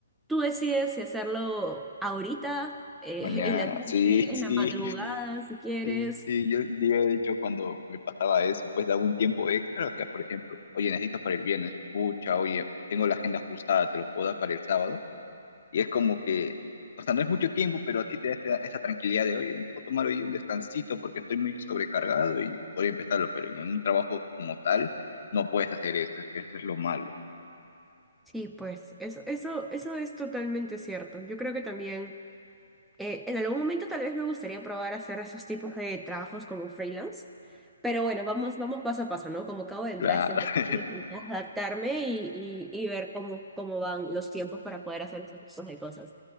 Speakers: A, in the centre; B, on the left (about 55°).
A: Tú decides si hacerlo ahorita, eh,
B: Mañana,
A: en la noche,
B: <laughs> sí,
A: en
B: sí,
A: la madrugada, si quieres.
B: sí, sí. Yo, yo de hecho cuando me pasaba eso, pues daba un tiempo extra. O sea, por ejemplo, oye, necesitas para el viernes, pucha, oye, tengo la agenda ajustada, te lo puedo dar para el sábado. Y es como que, o sea, no es mucho tiempo, pero a ti te da esa, esa tranquilidad de, oye, me puedo tomar hoy un descansito porque estoy muy sobrecargado y puedo empezarlo, pero en un trabajo como tal no puedes hacer eso, es que eso es lo malo.
A: Sí, pues eso, eso, eso es totalmente cierto. Yo creo que también Eh, en algún momento tal vez me gustaría probar hacer esos tipos de trabajos como freelance, pero bueno, vamos, vamos paso a paso, ¿no? Como acabo de entrar
B: Claro,
A: a esta empresa,
B: <laughs>
A: quiero terminar de adaptarme y, y, y ver cómo, cómo van los tiempos para poder hacer esos tipos de cosas.